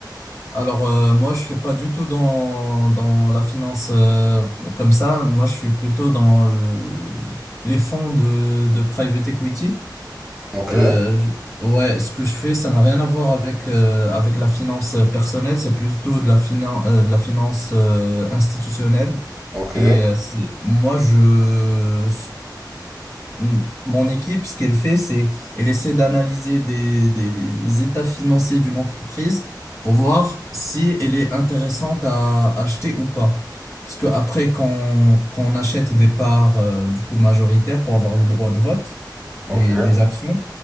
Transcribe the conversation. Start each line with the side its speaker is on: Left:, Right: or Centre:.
Left: Alors, euh, moi, je suis pas du tout dans, dans la finance euh, comme ça. Moi, je suis plutôt dans le- les fonds de, de private equity.
Centre: Ok,
Left: Euh, je- ouais, ce que je fais, ça n'a rien à voir avec, euh, avec la finance euh, personnelle, c'est plutôt de la finan- euh, de la finance euh, institutionnelle.
Centre: ok,
Left: Et euh, c'est- moi, je, Mm. Mon équipe, ce qu'elle fait, c'est elle essaie d'analyser des, des- les états financiers d'une entreprise pour voir si elle est intéressante à acheter ou pas. Parce que après, quand, quand on achète des parts euh, du coup majoritaires pour avoir le droit de vote, les,
Centre: ok,
Left: des actions,